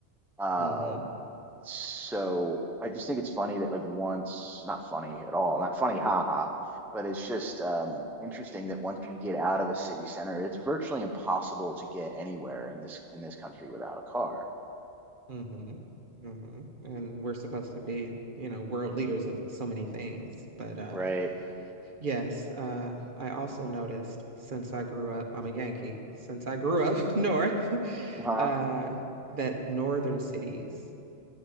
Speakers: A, in the centre; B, on the right (about 40°).
A: um,
B: hmm
A: so I just think it's funny that like once, not funny at all, not funny, haha, but it's just um, interesting that once you get out of a city center, it's virtually impossible to get anywhere in this in this country without a car,
B: hmm hmm And we're supposed to be, you know, world leaders of so many things. But uh
A: right?
B: yes, uh I also noticed since I grew up, I'm a Yankee, since I grew up <laughs> north,
A: Uh-huh.
B: uh that northern cities